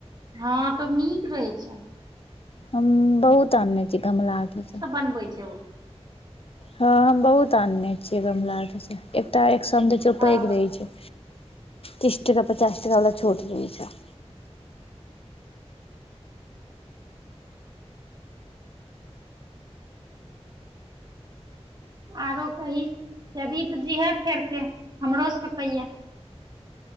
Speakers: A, on the right; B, on the left.
A: हँ, तऽ नीक रहै छै।
B: हम बहुत अनने छी कमला अतऽ से।
A: पनबै छै ओ
B: हँ, हम बहुत आनने छियै गमला अत से, एकटा एक-सौ में दै छै ओ
A: हँ
B: पैघ रहै छै। तीस-टका पचास-टका बला छोट रहै छें।
A: आरो कही जेभी तऽ जीहें फेर से हमरो सके कहियें।